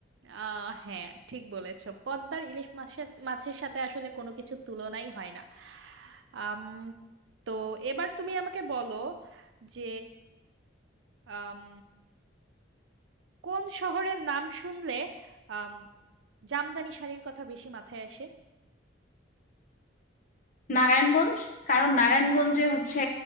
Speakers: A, on the right; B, on the left.
A: আহ হ্যাঁ ঠিক বলেছো পদ্মার ইলিশ মাছের মাছের সাথে আসলে কোনো কিছু তুলনাই হয় না আম, তো এবার তুমি আমাকে বলো যে আম, কোন শহরের নাম শুনলে আম, জামদানি শাড়ির কথা বেশি মাথায় আসে
B: নারায়ণগঞ্জ কারণ নারায়ণগঞ্জে হচ্ছে